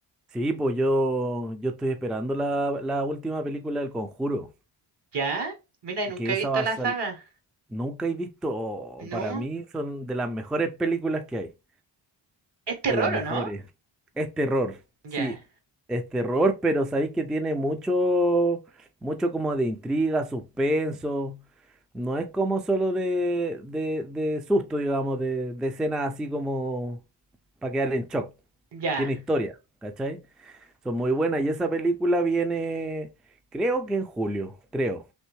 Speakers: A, in the centre; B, on the right.
A: Sí, pues yo, yo estoy esperando la, la última película del Conjuro,
B: ¿Ya? Mira, nunca
A: que esa
B: he visto
A: va
B: la
A: a salir.
B: saga.
A: Nunca he visto, oh,
B: No.
A: para mí son de las mejores películas que hay,
B: Es terror,
A: de las mejores.
B: ¿o no?
A: Es terror,
B: Ya.
A: sí, es terror, pero sabéis que tiene mucho, mucho como de intriga, suspenso. No es como solo de, de, de susto, digamos, de, de escenas así como para quedar en shock.
B: Ya.
A: Tiene historia, ¿cachai? Son muy buenas. Y esa película viene, creo que en julio, creo.